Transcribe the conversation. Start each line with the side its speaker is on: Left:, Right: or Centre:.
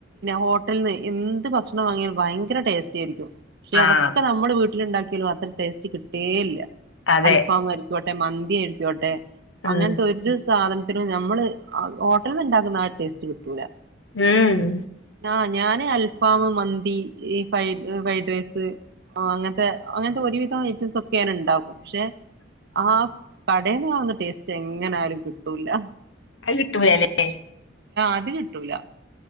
Right: ഹോട്ടലിൽ നിന്ന് എന്ത് ഭക്ഷണം വാങ്ങിയാലും ഭയങ്കര ടേസ്റ്റിയായിരിക്കും. പക്ഷെ
Left: ആഹ്
Right: അവക്ക് നമ്മുടെ വീട്ടി വീട്ടിലുണ്ടാക്കിയാലും അത്ര ടേസ്റ്റ് കിട്ടുകേയില്ല.
Left: അതെ
Right: അൽഫാം ആയിക്കോട്ടെ മന്തി ആയിക്കോട്ടെ അങ്ങനത്ത
Left: ഉം
Right: ഒരു സ് സാധനത്തിന് നമ്മള് ഹോട്ടലന്നുണ്ടാക്കുന്ന ആ ടേസ്റ്റ് കിട്ടൂല്ല
Left: ഉ ഉ
Right: ആ ഞാന് അൽഫാം മന്തി ഈ ഫൈ ഫ്രൈഡ് റൈസ് അങ്ങനത്തെ അങ്ങനത്തെ ഒരുവിധം ഐറ്റംസ് ഒക്കെ ഞാൻ ഉണ്ടാക്കും ക്ഷേ ആ കടേന്ന് വാങ്ങുന്ന ടേസ്റ്റ് എങ്ങനെയാലും കി കിട്ടൂല
Left: അത് കിട്ടൂല മ്
Right: അത് കിട്ടൂല